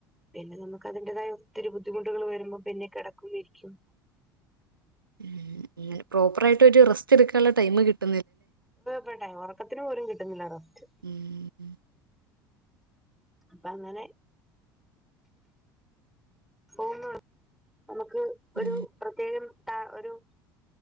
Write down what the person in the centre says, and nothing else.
പിന്നെ നമുക്ക് അതിറേതായ ഒത്തിരി ബുദ്ധിമുട്ടുകൾ വരുമ്പോ പിന്നെ കിടക്കുകമായിരിക്കും
പട്ടെ ഉറക്കത്തിന് പോലും കിട്ടുന്നില്ല റസ്റ്റ്
അപ്പൊ അങ്ങനെ പോോന്ന നമുക്ക് ഒരു
പ്രത്യേകം ട്ട ഒരു